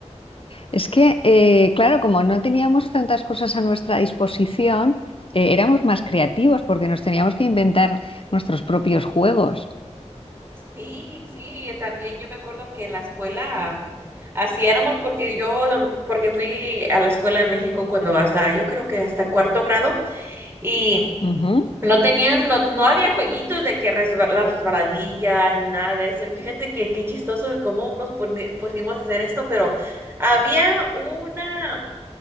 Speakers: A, on the left; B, on the right.
A: Es que, eh, claro, como no teníamos tantas cosas a nuestra disposición, eh, éramos más creativos porque nos teníamos que inventar nuestros propios juegos.
B: Sí, sí, y también yo me acuerdo que en la escuela así éramos porque yo, don- porque fui a la escuela de México cuando hasta, yo creo que hasta cuarto grado y
A: Ujú.
B: No tenían, no, no había jueguitos de que resba- la resbaladilla, ni nada de eso. Y fíjate que qué chistoso de cómo nos poni- pusimos a hacer esto, pero había una,